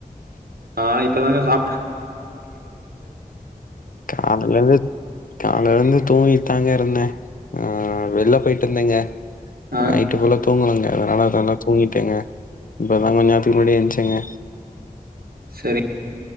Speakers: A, on the right; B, on the left.
A: ஆ இப்பதாங்கா சாப்டே
B: காலேல இருந்து காலேல இருந்து தூங்கி ட்டாங்க இருந்தே ஆ வெள்ல போயிட்டு இருந்தேங்கா
A: ஆ
B: நைட் ட்டு ஃபுல்லா தூங்கலங்க அதனால தாங்க தூங்கிட்டேங்க இப்ப தா கொஞ்ச நேத்துக்கு முன்னாடி எஞ்சேங்க
A: சரி.